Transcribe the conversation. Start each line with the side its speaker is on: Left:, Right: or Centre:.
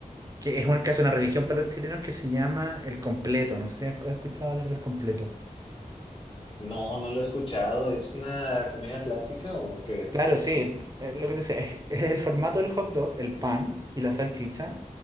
Right: que es un- casi una religión para los chilenos que se llama el completo. No sé si has escuchado hablar del completo.
Left: no, no lo he escuchado. ¿Es una comida clásica o qué es?
Right: Claro,
Left: <laughs>
Right: sí, eh, lo que te decía, es, es el formato del hot dog, el pan y la salchicha,